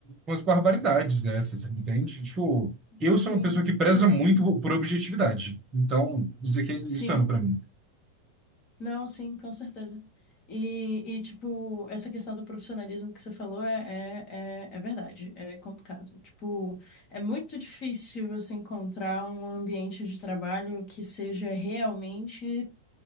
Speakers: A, on the right; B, on the left.
A: umas barbaridades dessas, entende? Tipo, eu
B: sim,
A: sou uma pessoa que preza
B: que nem.
A: muito por objetividade. Então, isso aqui é insano
B: Sim,
A: pra mim.
B: não, sim, com certeza. E, e, tipo, essa questão do profissionalismo que você falou é, é, é, é verdade, é complicado. Tipo, é muito difícil você encontrar um ambiente de trabalho que seja realmente